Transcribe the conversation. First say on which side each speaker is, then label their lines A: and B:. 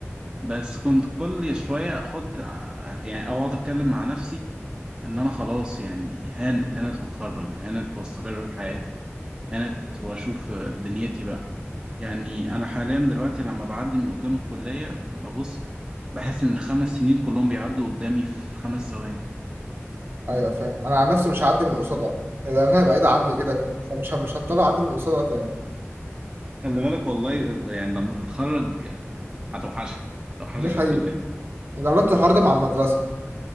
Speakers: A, on the right (about 20°); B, on the right (about 50°).
A: بس كنت كل شويه احط ع- يعني اقعد اتكلم مع نفسي ان انا خلاص يعني هانت هانت واتخرج هانت واستقر في حياتي هانت واشوف دنيتي بقى يعني انا حاليا دلوقتي لما بعدي من قدام الكليه ببص بحس ان الخمس سنين كلهم بيعدوا قدامي في خمس ثواني
B: أيوة فاهم أنا عن نفسي مش هعدي من قصادها لأن هي بعيدة عني كده كده فمش مش هضطر أعدي من قصادها تاني
A: خلي بالك والله يعني لما تتخرج هتوحشك توحشك
B: دي حقيقة
A: الكلية
B: جربت الحوار ده مع المدرسة